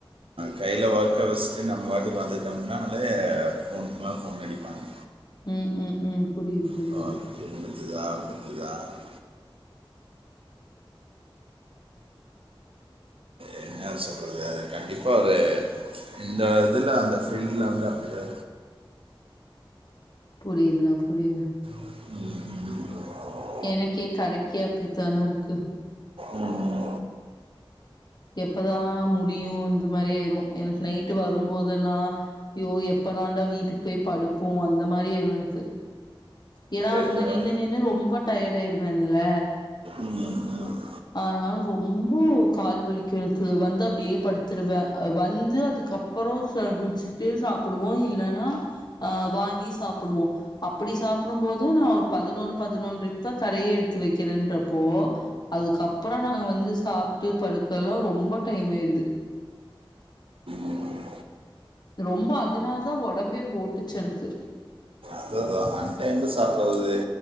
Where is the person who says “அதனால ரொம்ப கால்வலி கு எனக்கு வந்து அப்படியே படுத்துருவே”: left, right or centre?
Left